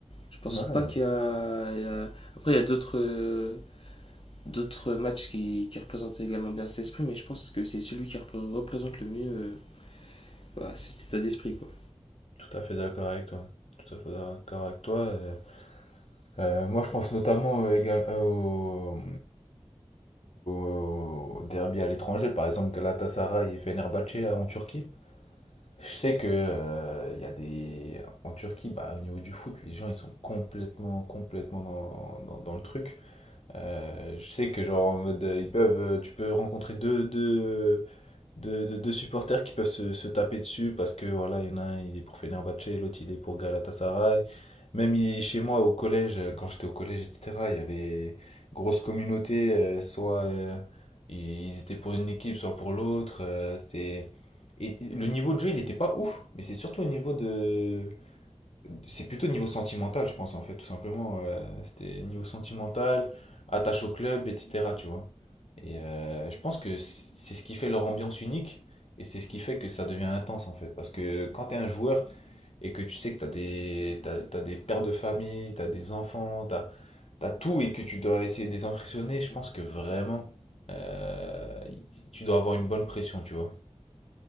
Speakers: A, on the left; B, on the left.
A: Je pense
B: Ouais, euh,
A: pas qu'il y a... il y a- Après, il y a d'autres... euh, d'autres matchs qui, qui représentent également bien cet esprit, mais je pense que c'est celui qui repré- représente le mieux euh, bah, cet état d'esprit. Quoi.
B: tout à fait d'accord avec toi. Tout à fait d'accord avec toi. Euh, euh, moi, je pense notamment euh, égal- euh, au, au derby à l'étranger, par exemple Galatasaray et Fenerbahçe là, en Turquie. Je sais que euh, il y a des en Turquie, bah, au niveau du foot, les gens ils sont complètement complètement dans, dans- dans le truc. Euh, je sais que genre en mode, euh, ils peuvent, euh, tu peux rencontrer deux, deux, de, de, de supporters qui peuvent se, se taper dessus parce que voilà, il y en a un, il est pour Fenerbahçe, l'autre il est pour Galatasaray. Même il- chez moi au collège, euh, quand j'étais au collège, etc., il y avait grosse communauté, euh, soit euh, ils ils étaient pour une équipe, soit pour l'autre. euh, c'était... Et le niveau de jeu, il n'était pas ouf, mais c'est surtout au niveau de, c'est plutôt niveau sentimental, je pense, en fait, tout simplement. euh, c'était niveau sentimental, attache au club, etc., tu vois. Et euh, je pense que c- c'est ce qui fait leur ambiance unique et c'est ce qui fait que ça devient intense, en fait. Parce que quand t'es un joueur et que tu sais que t'as des, t'as, t'as des pères de famille, t'as des enfants, t'as, t'as tout et que tu dois essayer de les impressionner, je pense que vraiment, euh, tu dois avoir une bonne pression, tu vois.